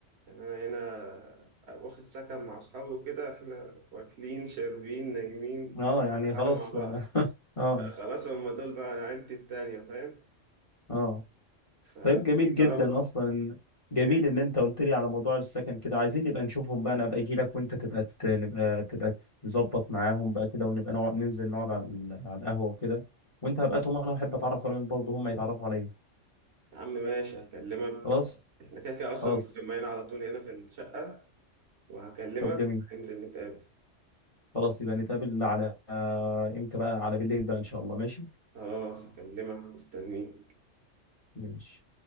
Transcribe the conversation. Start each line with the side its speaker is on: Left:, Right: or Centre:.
Right: يعني أنا هنا واخد سكن مع أصحابي وكده إحنا واكلين شاربين نايمين
Left: اه يعني
Right: كل حاجة
Left: خلاص
Right: مع بعض
Left: اه اه
Right: خلاص هما دول بقى عيلتي التانية فاهم
Left: آه.
Right: فقربت
Left: طيب جميل جدا اصلا ان جميل
Right: إيه
Left: ان انت قلت لي على موضوع السكن كده عايزين نبقى نشوفهم بقى انا ابقى اجي لك وانت تبقى ت- نبقى تبقى تظبط معاهم بقى كده ونبقى نقعد ننزل نقعد على ال- على القهوه وكده وانت هبقى طول ما انا احب اتعرف عليهم برضه هم يتعرفوا عليا
Right: يا عم ماشي هكلمك
Left: خلاص
Right: إحنا كده كده أصلا
Left: خلاص
Right: متجمعين على طول هنا في الشقة وهكلمك
Left: طب جميل
Right: ننزل نتقابل
Left: خلاص يبقى نتقابل على امتى بقى على بالليل بقى ان شاء الله ماشي
Right: خلاص هكلمك مستنيك
Left: ماشي